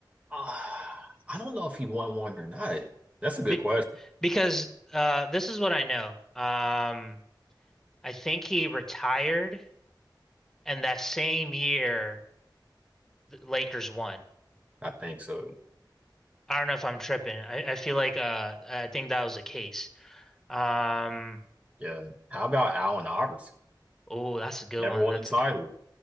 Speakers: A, on the right; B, in the centre.
A: ah, I don't know if he won one or not. That's a good
B: be-
A: question.
B: because uh this is what I know. Um, I think he retired and that same year the Lakers won.
A: I think so.
B: I don't know if I'm tripping. I, I feel like uh I think that was the case. Um,
A: Yeah. How about Allen Iverson?
B: oh, that's a good
A: Never
B: one.
A: won
B: That's
A: a title.
B: a g-